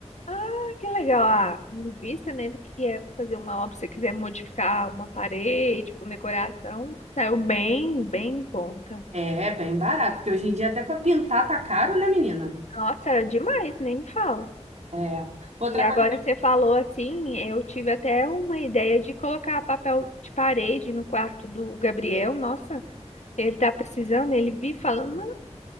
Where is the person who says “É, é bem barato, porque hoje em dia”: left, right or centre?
Right